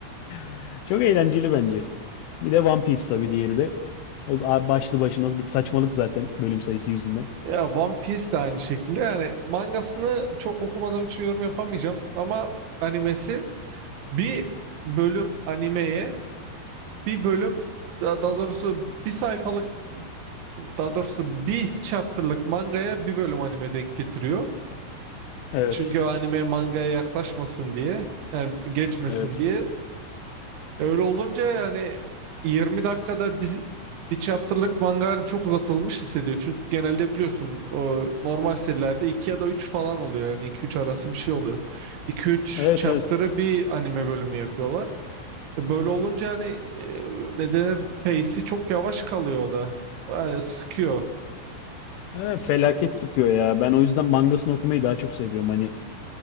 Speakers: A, on the left; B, on the right.
A: <laughs> Çok eğlenceli bence. Bir de One Piece tabii diğeri de. O z- başlı başına bir saçmalık zaten bölüm sayısı yüzünden.
B: ya One Piece de aynı şekilde yani mangasını çok okumadığım için yorum yapamayacağım ama animesi bir bölüm animeye bir bölüm da- daha doğrusu bir sayfalık daha doğrusu bir chapter'lık mangaya bir bölüm anime denk getiriyor.
A: Evet.
B: Çünkü o anime mangaya yaklaşmasın diye yani geçmesin
A: Evet.
B: diye. Öyle olunca yani 20 dakikada bir, bir chapter'lık manga hani çok uzatılmış hissediyor. Çünkü genelde biliyorsun o normal serilerde 2 ya da 3 falan oluyor. Yani iki üç arası bir şey oluyor. iki üç
A: Evet
B: chapter'ı
A: evet.
B: bir anime bölümü yapıyorlar. E, Böyle olunca hani e, ne denir pace'i çok yavaş kalıyor o da. Yani sıkıyor.
A: Evet, felaket sıkıyor ya. Ben o yüzden mangasını okumayı daha çok seviyorum. Hani